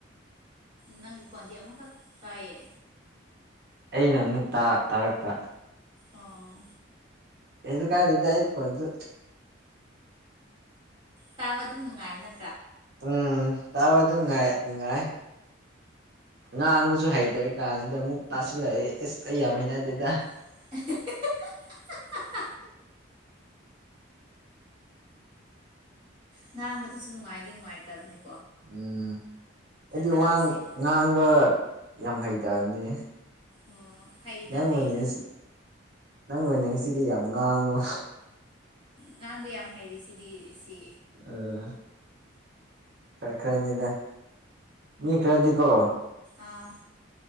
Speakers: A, on the right; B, on the right.
A: ꯅꯪꯒꯤ ꯀ꯭ꯣꯟꯗꯤ ꯑꯃꯈꯛ ꯇꯥꯏꯌꯦ
B: ꯑꯩꯅ ꯑꯃꯨꯛ ꯇꯥꯔꯛꯄ
A: ꯑꯣ
B: ꯌꯥꯁꯨ ꯀꯥꯏ ꯂꯩꯗ ꯑꯩ ꯀꯣ ꯑꯗꯨ
A: ꯇꯕꯗꯨ ꯃꯅꯨꯡꯉꯥꯏꯅ
B: ꯎꯝ ꯇꯥꯕ ꯑꯗꯨꯅꯨꯡ ꯉꯥꯏ ꯅꯨꯡꯉꯥꯏ ꯉꯥꯡꯕꯁꯨ ꯍꯩꯇꯔꯤ ꯀꯥꯟꯁꯤꯗ ꯑꯃꯨꯛ ꯇꯥꯁꯤꯜꯂꯛꯑꯦ ꯑꯦꯁ ꯑꯩ ꯌꯥꯝ ꯍꯩꯅꯗꯦꯗ
A: <inaudible> ꯉꯥꯡꯕꯗꯤꯁꯨ ꯅꯨꯡꯉꯥꯏꯗꯤ ꯅꯨꯡꯉꯥꯏ ꯇꯕꯅꯤ
B: ꯎꯝ ꯑꯩꯗꯤ
A: ꯇꯥꯕꯁꯦ
B: ꯋꯥ ꯉꯥꯡꯕ ꯌꯥꯝ ꯍꯩꯇꯕꯅꯦ
A: ꯑꯣ ꯍꯩꯗ
B: ꯅꯪ
A: ꯍꯩꯗ
B: ꯑꯣꯏꯅ ꯉꯁꯤ ꯅꯪ ꯑꯣꯏꯅ ꯉꯁꯤꯗꯤ ꯌꯥꯝ ꯉꯥꯡꯉꯨ
A: ꯉꯥꯡꯕ ꯌꯥꯝ ꯍꯩꯔꯦ ꯁꯤꯗꯤ ꯁꯤ
B: ꯑ ꯈꯔ ꯈꯔꯅꯤꯗ ꯃꯤ ꯈꯔꯗꯤꯀꯣ
A: ꯑꯥ